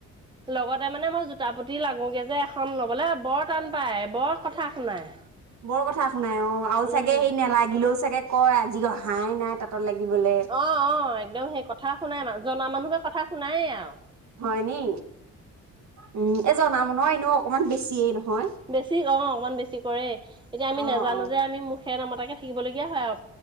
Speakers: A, on the right; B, on the right.
A: লগতে মানে মই জোতা পুতি লাগোগে যে এখন লবলে বৰ টান পাই, বৰ কথা শুনাই।
B: বৰ কথা শুনাই অ আৰু
A: উম
B: চাগে হেৰি নেলাগিলেও চাগে কয় আজি অহাই নাই তা‍ঁতত লাগিবলৈ।
A: অ অ একদম সেই কথা শুনাই মান জনা মানুহে কথা শুনায়েই আওঁ।
B: হয় নি, উম এ জনা মানুহৰ এনেও অকমান বেছিয়ে নহয়।
A: বেছি অ অকণমান বেছি কৰে, এতিয়া আমি
B: অ
A: নেজানো
B: অ
A: যে আমি মুখেৰে নামাতাকে থাকিবলগীয়া হয় আও।